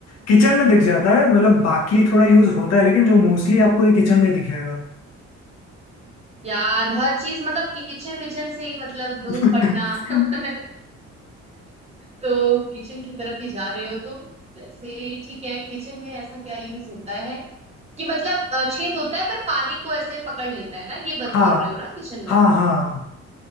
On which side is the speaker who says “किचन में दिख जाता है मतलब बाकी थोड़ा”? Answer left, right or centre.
Left